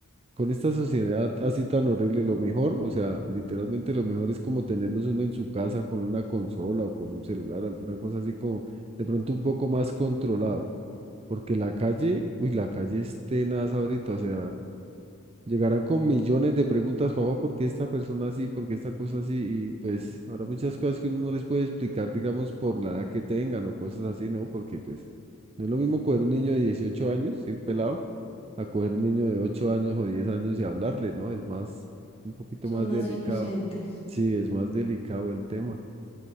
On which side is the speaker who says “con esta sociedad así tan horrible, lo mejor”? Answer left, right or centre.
Right